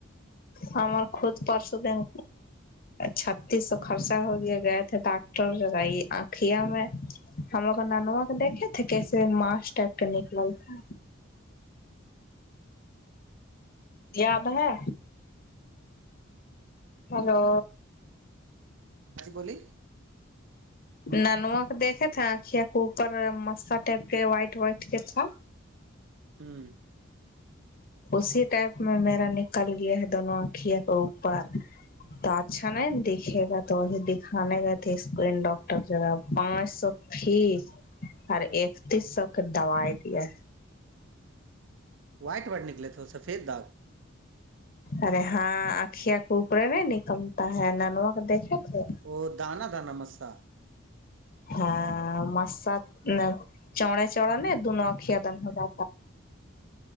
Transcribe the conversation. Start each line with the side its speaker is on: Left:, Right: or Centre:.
Left: ہمار کھود پارش دین چھتیس سو خرچہ ہو گیا گئے تھے ڈاکٹر لگائی آکھیا میں ہم لوگ کا ننوا کو دیکھے تھے کیسے ماس ٹک کے نکل تھا یاد ہے ہیلو
Right: آجی بولی
Left: ننوا کے دیکے تھے آکھ کو اوپر مستا ٹپ کے وائٹ وائٹ کے تھا
Right: ہوں
Left: اسی ٹائپ میں میرا نکل گیا ہے دونوں آنکھوں کو اوپر تو اچھا نہیں دکھے گا تو وہی دکھانے گئے تھے اس ڈاکٹر جگا پانچ سو فیس اورر اکتیس سو کے دوائی دیا
Right: وائٹ وورڈ نکلے تھے وہ سفید داغ
Left: ارے ہاں اکھیا کو اوپرے میں نکلتا ہے ننوا کو دیکھے تھے
Right: او دان دان م سا
Left: ہاں مسا نہی چڑے چڑا ن دونوں آکھھی <unintelligible>